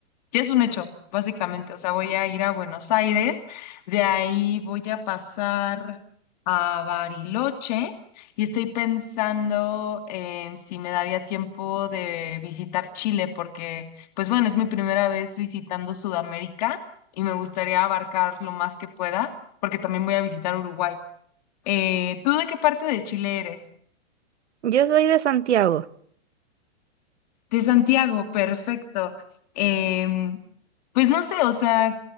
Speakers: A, on the left; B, on the right.
A: ya es un hecho, básicamente. O sea, voy a ir a Buenos Aires, de ahí voy a pasar a Bariloche y estoy pensando en si me daría tiempo de visitar Chile, porque, pues bueno, es mi primera vez visitando Sudamérica y me gustaría abarcar lo más que pueda, porque también voy a visitar Uruguay. Eh, ¿tú de qué parte de Chile eres?
B: Yo soy de Santiago.
A: De Santiago, perfecto. Em, pues no sé, o sea,